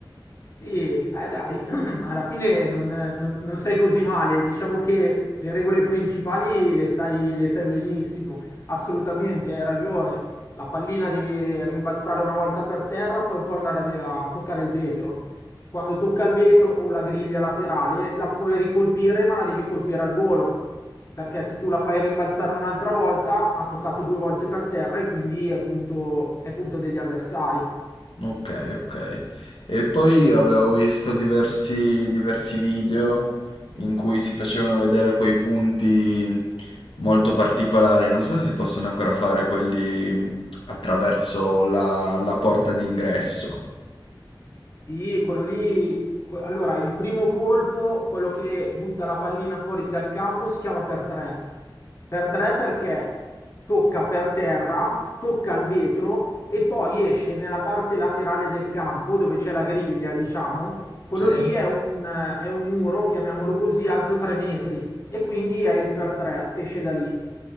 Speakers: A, on the left; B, on the left.
A: Sì, eh, dai, <clears throat> alla fine non, non- non sei così male, diciamo che le regole principali le sai, le sai benissimo, assolutamente, hai ragione, la pallina deve rimbalzare una volta per terra, poi può andare a a toccare il vetro. Quando tocca il vetro o la griglia laterale, la puoi ricolpire, ma la devi colpire al volo, perché se tu la fai rimbalzare un'altra volta, ha toccato due volte per terra e quindi è punto, è punto degli avversari.
B: Ok, ok. E poi avevo visto diversi, diversi video in cui si facevano vedere quei punti molto particolari. Non so se si possono ancora fare quelli mh, attraverso la, la porta d'ingresso.
A: Sì, quello lì. que- Allora, il primo colpo, quello che butta la pallina fuori dal campo, si chiama per tre. Per tre perché tocca per terra, tocca il vetro e poi esce nella parte laterale del campo dove c'è la griglia, diciamo. Quello
B: Sì?
A: lì è un, è un muro, chiamiamolo così, alto tre metri e quindi è il per tre, esce da lì.